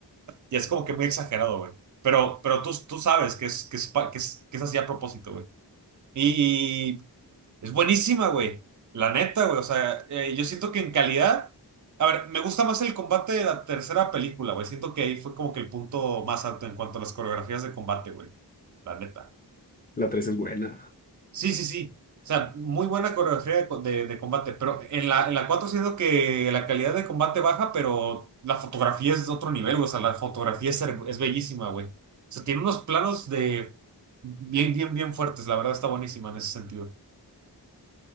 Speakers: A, on the right (about 45°); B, on the left (about 20°).
A: Y es como que muy exagerado, güey. Pero, pero tú, tú sabes que es, que es, pa- que es, que es así a propósito, güey. Y, es buenísima, güey. La neta, güey. O sea, eh, yo siento que en calidad. A ver, me gusta más el combate de la tercera película, güey. Siento que ahí fue como que el punto más alto en cuanto a las coreografías de combate, güey. La neta.
B: La 3 es buena.
A: Sí, sí, sí. O sea, muy buena coreografía de, co- de- de combate. Pero en la, en la 4 siento que la calidad de combate baja, pero la fotografía es de otro nivel, güey. O sea, la fotografía es, her- es bellísima, güey. O sea, tiene unos planos de bien, bien, bien fuertes. La verdad está buenísima en ese sentido.